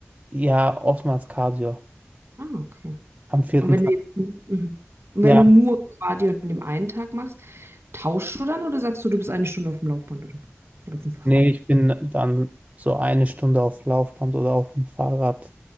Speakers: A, on the right; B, on the right.
A: ja, oftmals Cardio.
B: Ah, okay.
A: Am vierten
B: Und wenn
A: Tag.
B: du jetzt, mhm. Und
A: Ja,
B: wenn du nur Cardio an dem einen Tag machst, tauschst du dann oder sagst du, du bist eine Stunde auf dem Laufband oder, so? oder auf dem Fahrrad?
A: nee, ich bin dann so eine Stunde auf Laufband oder auf dem Fahrrad.